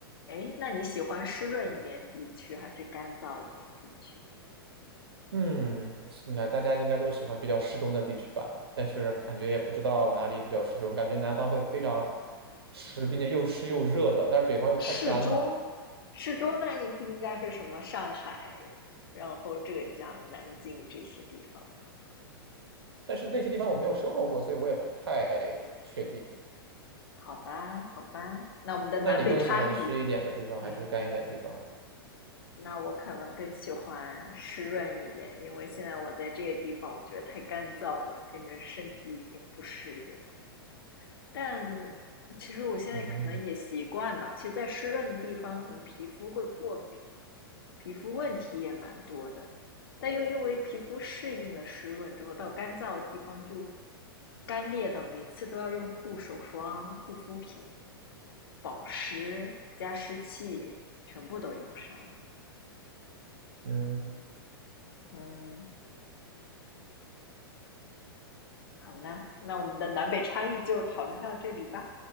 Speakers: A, on the left; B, on the right.
A: 哎，那你喜欢湿润一点地区，还是干燥一点地区？
B: 嗯，我应该大家应该都喜欢比较适中的地区吧，但是感觉也不知道哪里比较适中，感觉南方会非常湿，并且又湿又热的，但是北方又太干了。
A: 适中，适中，那你不应该是什么上海，然后浙江、南京这些地方吗
B: 但是那些地方我没有生活过，所以我也不太确定。
A: 好吧，好吧，那我们的南北差异，
B: 那你更喜欢湿一点的地方还是干一点的地方啊？
A: 嗯，那我可能更喜欢湿润一点，因为现在我在这些地方，我觉得太干燥了，感觉身体已经不适应了。但其实我现在可能也习惯了，
B: 嗯
A: 其实，在湿润的地方，可能皮肤会过敏，皮肤问题也蛮多的，但又因为皮肤适应了湿润之后，到干燥的地方就干裂的，每次都要用护手霜、护肤品、保湿加湿器，全部都用上。
B: 嗯。
A: 嗯，好啦，那我们的南北差异就讨论到这里吧。